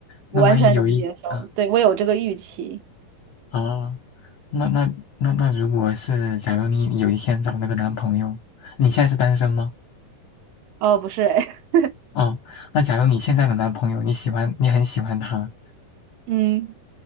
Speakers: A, on the left (about 80°); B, on the right (about 75°).
A: 那万一有一啊，
B: 我完全能接受，对，我有这个预期。
A: 哦，那那那那，如果是假如你有一天找那个男朋友，你现在是单身吗？
B: 哦，不是，<laughs>
A: 哦，那假如你现在的男朋友你喜欢，你很喜欢他，
B: 嗯，